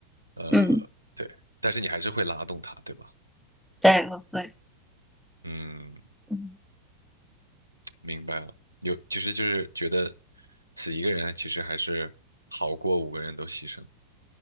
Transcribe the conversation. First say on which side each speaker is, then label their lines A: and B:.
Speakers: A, on the right; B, in the centre.
A: 呃，
B: 嗯，
A: 对，但是你还是会拉动它，对吧？
B: 对，我会。
A: 嗯，
B: 嗯
A: 明白了，有就是就是觉得死一个人其实还是好过五个人都牺牲。